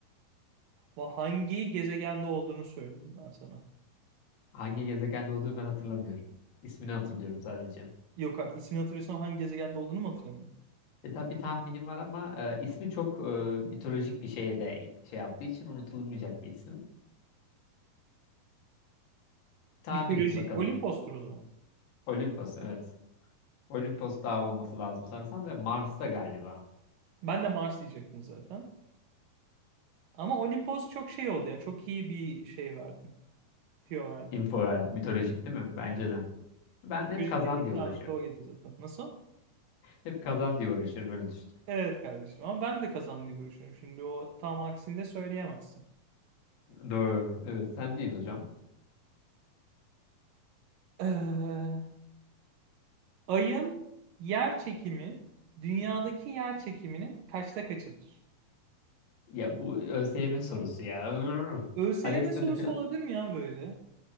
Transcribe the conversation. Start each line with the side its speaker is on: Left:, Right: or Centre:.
Right: Va- Hangi gezegende olduğunu söyleyeyim ben sana.
Left: Hangi gezegende olduğunu ben hatırlamıyorum. İsmini hatırlıyorum sadece.
Right: Yok artık. İsmini hatırlıyorsan hangi gezegende olduğunu mu hatırlamıyorum?
Left: E tabi tahminim var ama e, ismi çok e, mitolojik bir şeye de şey yaptığı için unutulmayacak bir isim. Tahmin
Right: Mitolojik.
Left: et bakalım.
Right: Olimpos'tur o zaman.
Left: Olimpos evet. Olimpos dağı olması lazım sanırsam ve Mars'ta galiba.
Right: Ben de Mars diyecektim zaten. Ama Olimpos çok şey oldu yani. Çok iyi bir şey verdin. Tüyo verdin.
Left: Info verdi. Mitolojik
Right: Evet.
Left: değil mi? Bence
Right: Aynen.
Left: de. Ben
Right: Mitolojik
Left: hep kazan
Right: dediğimde
Left: diye uğraşıyorum.
Right: aklıma o geliyor zaten. Nasıl?
Left: Hep kazan diye uğraşıyorum öyle düşün.
Right: Evet kardeşim ama ben de kazan diye uğraşıyorum. Şimdi o tam aksinde söyleyemezsin.
Left: Doğru. Evet sendeyiz hocam.
Right: Ee, ayın yer çekimi dünyadaki yer çekiminin kaçta kaçıdır?
Left: Ya bu ÖSYM sorusu ya. Ürr.
Right: ÖSYM
Left: ALES'te
Right: sorusu
Left: de filan.
Right: olabilir mi ya böyle?